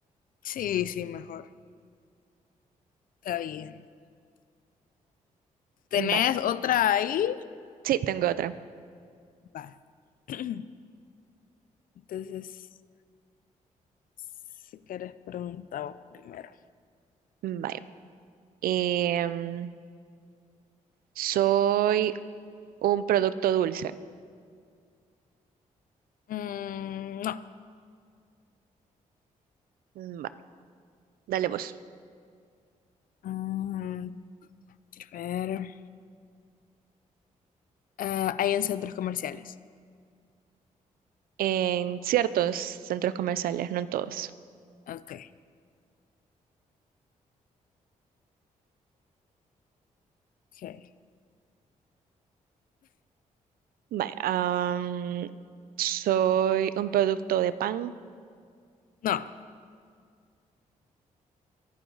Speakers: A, on the left; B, on the right.
A: Sí, sí, mejor. Está bien. ¿Tenés
B: Bye.
A: otra ahí?
B: Sí, tengo otra.
A: Va. <clears throat> Entonces, si quieres preguntar vos primero.
B: Bye. Em, soy un producto dulce.
A: Mm, no.
B: Bye. Dale vos.
A: Mm, quiero ver. Ah, hay en centros comerciales.
B: en ciertos centros comerciales, no en todos.
A: Ok, ok.
B: Vale, am, soy un producto de pan.
A: No.